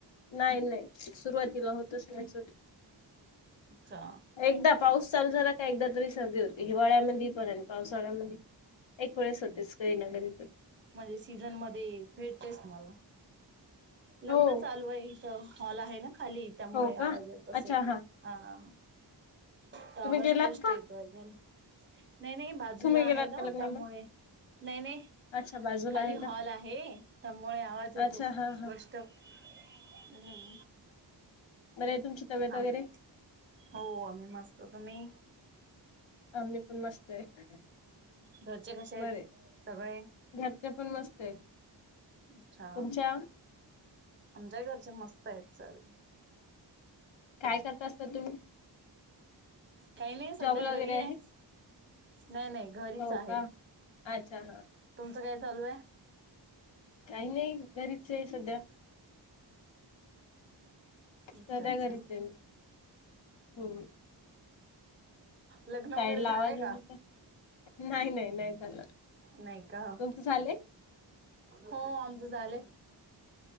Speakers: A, on the left; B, on the right.
A: नाही नाही सुरुवातीला होतच नाही सूट.
B: अच्छा.
A: एकदा पाऊस चालू झाला का एकदा तरी सर्दी होती हिवाळ्यामध्ये पण आणि पावसाळ्यामध्ये एक वेळेस होतेच कधी ना कधी तर.
B: म्हणजे सीझन मध्ये भेटते तुम्हांला. लग्न
A: हो.
B: चालू इथं हॉल आहे ना खाली त्यामुळे
A: हो
B: आवाज
A: का?
B: येत असेलं
A: अच्छा
B: हा. त आवाज
A: तुम्ही गेलात
B: स्पष्ट
A: का?
B: येतो ऐकाल नाही नाही बाजूला
A: तुम्ही गेलात
B: आहे ना
A: का लग्नाला?
B: त्यामुळे नाही नाही.
A: अच्छा बाजूला
B: खाली
A: आहे का?
B: हॉल आहे त्यामुळे आवाज येतो
A: अच्छा हा
B: स्पष्ट.
A: हा.
B: हम्म.
A: बरं आहे. तुमची तब्येत
B: आम
A: वगैरे?
B: हो आम्ही मस्त. तुम्ही?
A: आम्ही पण मस्त आहे.
B: घरचे कसे आहेत?
A: बरे.
B: सगळे.
A: घरचे पण मस्त आहेत.
B: अच्छा!
A: तुमच्या
B: आमच्या घरचे मस्त आहेत सगळे.
A: काय करत असता तुम्ही?
B: काही नाही सध्या
A: जॉबला
B: घरी
A: वगैरे
B: आहे. नाही नाही घरीच
A: हो
B: आहे.
A: का अच्छा हा.
B: तुमचं काय चालू आहे?
A: काही नाही घरीच आहे सध्या.
B: अच्छा
A: सध्या
B: अच्छा
A: घरीच आहे मी हम.
B: लग्न वगैरे
A: साईड ला
B: झालंय
A: आवाज येतो का? नाही नाही. नाही झालं
B: नाही का,
A: तुमचं झालंय
B: हो आमचं झालंय. <inaudible>